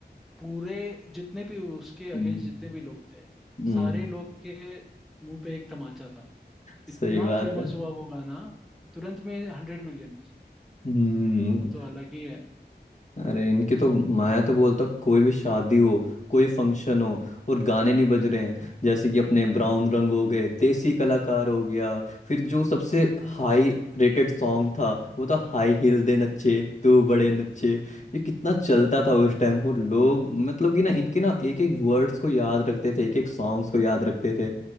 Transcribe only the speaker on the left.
हम्म
हम्म,
सही
बात
है
हम्म
अरे इनकी तो मैं तो बोलता हूँ, कोई भी शादी हो कोई फंक्शन हो और गाने नहीं बज रहे हैं जैसे कि अपने ब्राउन रंग हो गए देसी कलाकार हो गया फिर जो सबसे हाई रेटेड सॉन्ग था वो था हाई हील दे नच्चे तू बड़े नच्चे ये कितना चलता था उस टाइम और लोग मतलब कि ना इनके ना एक एक वर्ड्स को याद रखते थे एक एक सॉन्ग्स को याद रखते थे